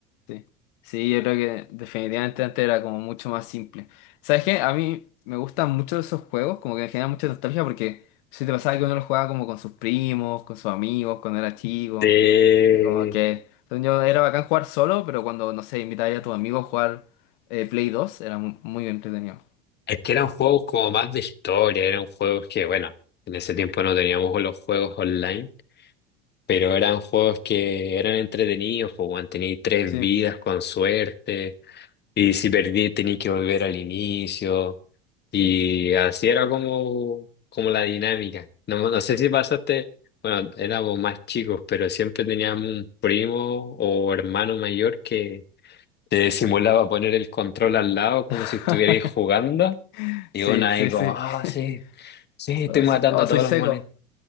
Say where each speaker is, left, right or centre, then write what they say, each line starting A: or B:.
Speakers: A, on the left (about 60°); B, on the left (about 35°).
A: Sí, sí, yo creo que definitivamente antes era como mucho más simple. ¿Sabes qué? A mí me gustan mucho esos juegos, como que me generan mucha nostalgia porque si te pasaba que uno los jugaba como con sus primos, con sus amigos, cuando era chico,
B: Eh,
A: y como que según yo era bacán jugar solo, pero cuando, no sé, invitaba a tus amigos a jugar eh, Play dos era mu- muy entretenido.
B: es que eran juegos como más de historia, eran juegos que, bueno, en ese tiempo no teníamos los juegos online. Pero eran juegos que eran entretenidos, pues, weón, tení tres
A: Sí,
B: vidas con suerte, y si perdí tení que volver al inicio,
A: sí.
B: y así era como, como la dinámica. No, no sé si pasaste, bueno, éramos más chicos, pero siempre teníamos un primo o hermano mayor que te simulaba poner el control al lado como
A: <laughs>
B: si estuvierais jugando, y
A: Sí,
B: uno ahí
A: sí,
B: como,
A: sí.
B: ah,
A: <laughs>
B: sí, sí, estoy
A: Oh,
B: matando
A: sí. Oh,
B: a
A: soy
B: todos
A: seco,
B: los monedas.